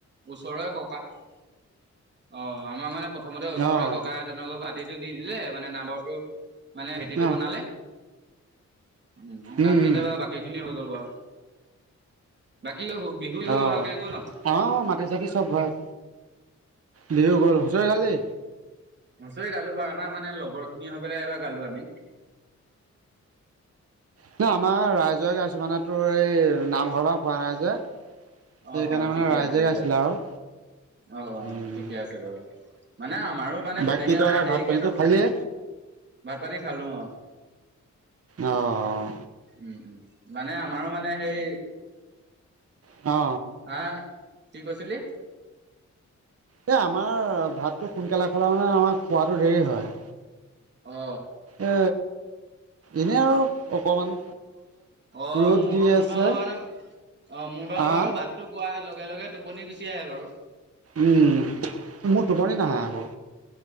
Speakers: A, on the right; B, on the right.
A: ওচৰৰে ককা অ আমাৰ মানে প্ৰথমতে ওচৰৰেৰে
B: অ',
A: ককা এজনৰ ঘ খেতিটো দি দিলে মানে নাম্বৰটো মানে খেতিটো
B: উম,
A: বনালে উ
B: উম।
A: তাৰপিছতে বাৰু বাকী খিনি হৈ গ'ল বাৰু বাকী বিহু
B: আহ
A: ভালকে গ'ল ন
B: অ মাটি ছাতি চব হয় বিহু গল হুচৰি গালি
A: নচৰি গালো বাৰু আমাৰ মানে লগৰ খিনি হৈ পেলাই এবাৰ গালো আমি
B: উ ন আমাৰ ৰাইজৰে গাইছো মানে তোৰ এই নামঘৰ <unintelligible> হোৱা নাই যে সেইকাৰণে
A: অ অ
B: মানে
A: ঠিকে
B: ৰাইজে
A: আছে ঠিকে
B: গাইছিলে
A: আছে
B: আৰু
A: অ অ
B: উম
A: ঠিকে আছে বাৰু মানে আমাৰো মানে
B: বাকী
A: তেনেকে
B: তই
A: মানে হেৰিকে
B: ভাত পানীটো
A: নহয়
B: খালিয়ে
A: ভাত পানী খালো অ
B: অ'
A: উম উম মানে আমাৰো মানে সেই
B: অ
A: আহ কি কৈছিলি
B: এ আমাৰ ভাতটো সোনকালে খালা মানে আমাৰ খোৱাটো দেৰি হয়
A: অ
B: এ এনে আৰু অকমান
A: অ
B: ৰ'দ
A: মোৰ
B: দি
A: মোৰ
B: আছে
A: ভাগৰ মানে অ মোৰ ভাগৰ
B: আহ
A: বাৰো বাট টো কোৱাই লগে লগে টোপনি গুচি আহে বাৰু।
B: উম মোৰ টোপনি নাহে আকৌ।